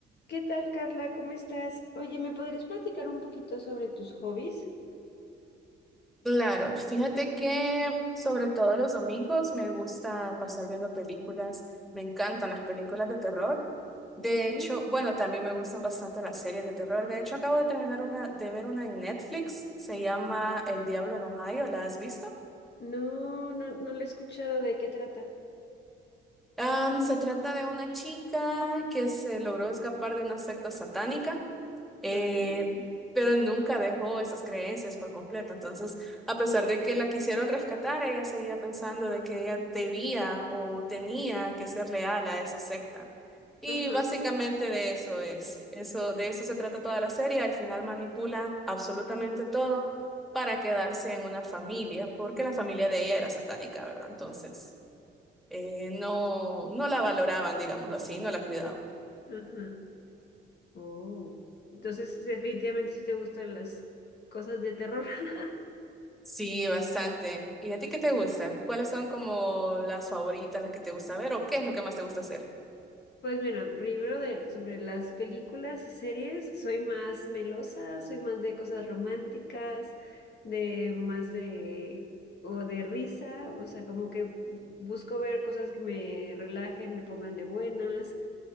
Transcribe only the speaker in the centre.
Claro, fíjate que sobre todo los domingos me gusta pasar viendo películas, me encantan las películas de terror. De
hecho, bueno, también me gustan bastante las series de terror. De hecho, acabo de terminar una, de ver una en Netflix, se llama El Diablo en Ohio, ¿la has visto?
Am, se trata de una chica que se logró escapar de una secta satánica eh,
pero nunca dejó esas creencias por completo. Entonces, a pesar de que la quisieron rescatar, ella seguía pensando de que ella debía o tenía que ser leal a esa secta. Y
básicamente de eso es, eso, de eso se trata toda la serie. Al final manipula absolutamente todo para quedarse en una familia, porque la familia de ella era satánica, ¿verdad? Entonces, eh, no, no la valoraban, digámoslo así, no la cuidaban.
Sí, bastante. ¿Y a ti qué te gusta? ¿Cuáles son como las favoritas, las que te gusta ver o qué es lo que más te gusta hacer?